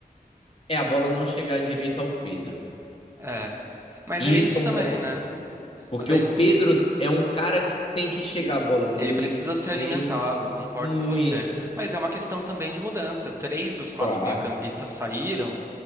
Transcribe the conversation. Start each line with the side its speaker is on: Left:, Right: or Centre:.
Left: é a bola não chegar direito ao Pedro.
Right: É. Mas
Left: E
Right: é
Left: isso
Right: isso
Left: é
Right: também,
Left: um problema.
Right: né?
Left: Porque
Right: Mas é
Left: o
Right: isso.
Left: Pedro é um cara que tem que chegar a bola nele,
Right: Ele precisa ser alimentado,
Left: tem
Right: concordo
Left: muito.
Right: com você. Mas é uma questão também de mudança. Três dos quatro
Left: Claro.
Right: meio-campistas saíram,